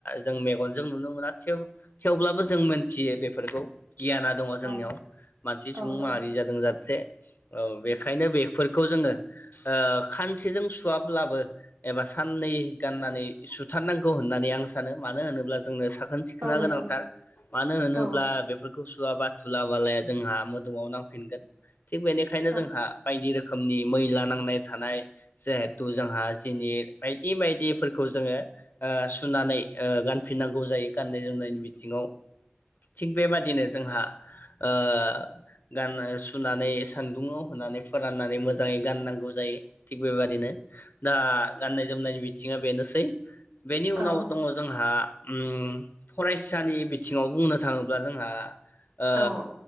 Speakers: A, on the left; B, on the right.
A: जों मेगनजों नुनो मोना थेव थेवब्लाबो जों मोनथियो बेफोरखौ। गियाना दङ
B: औ
A: जोंनियाव मानसि
B: औ
A: सुबुं
B: दं
A: माहारि जादों जाहाथे। औ बेखायनो बेफोरखौ जोङो ओ खानसेजों सुवाब्लाबो एबा साननै गाननानै सुथारनांगौ होननानै आं सानो मानो होनोब्ला ज जोंनो साखोन सिखोना
B: औ नंगौ
A: गोनांथार मानो होनोब्ला
B: औ
A: बे सुवाबा दुला बालाया जोंहा मोदोमाव नांफिनगोन थिग बेनिखायनो
B: औ
A: जोंहा बायदि रोखो रोखोमनि मैला नांनाय थानाय जेहेथु जोंहा जिनिर बायदि बायदिफोरखौ जोङो ओ सुनानै ओ गानफिननांगौ जायो गाननाय जोमनायनि बिथिङाव थिग बेबाद जोंहा ओ गाननो सुनानै सान्दुंङाव होननानै फोराननानै मोजाङै गाननांगौ जायो थिग बेबायादिनो दा गाननाय जोमनायनि मिथिङा बेनोसै बेनि उनाव
B: औ
A: दङ जोंहा उम फरायसानि बिथिङाव बुंनो थाङोब्ला जोंहा ओ
B: औ